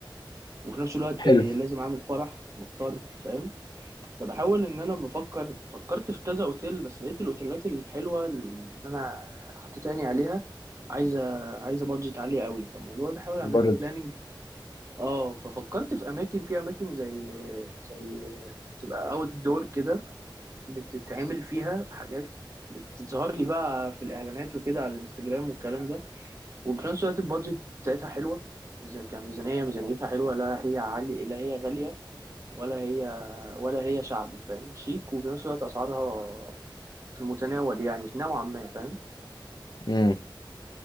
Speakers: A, on the right; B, on the left.
A: وفي نفس الوقت
B: حلو
A: آه، لازم اعمل فرح مضطر فاهم فبحاول ان انا بفكر فكرت في كذا اوتيل بس لقيت الاوتيلات الحلوه اللي انا حطيت عيني عليها عايزه عايزه بادجت عاليه قوي فالموضوع ده بحاول اعمل
B: برضه
A: له بلاننج اه ففكرت في اماكن في اماكن زي زي تبقى اوت دور كده بتتعمل فيها حاجات بتظهر لي بقى في الاعلانات وكده على الانستجرام والكلام ده وفي نفس الوقت البادجت بتاعتها حلوه إذا كميزانيه ميزانيتها حلوه لا هي عالية لا هي غاليه ولا هي ولا هي شعبي فاهم شيك وفي نفس الوقت اسعارها في المتناول يعني نوعا ما فاهم
B: امم